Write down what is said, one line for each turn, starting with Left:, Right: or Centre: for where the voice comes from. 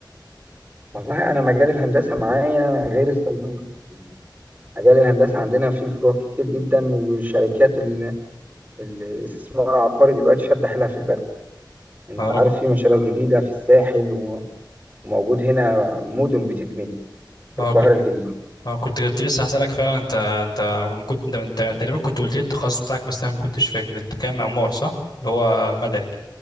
Right: والله أنا مجال الهندسة معايا غير الصيدلة يعني مجال الهندسة عندنا فيه فروع كتير جدا وشركات ال- الاستثمار العقاري دلوقتي شادة حيلها في البلد أنت
Left: انا
Right: عارف
Left: ك-
Right: في مشاريع جديدة في الساحل و- وموجود هنا مدن بتتبني في
Left: اه
Right: القاهرة
Left: اه
Right: الجديدة
Left: كنت كنت لسه هسألك فعلا انت انت كنت انت, انت تقريبا كنت قلت لي التخصص بتاعك بس انا ما كنتش فاكر انت كام معمار صح اللي هو مدني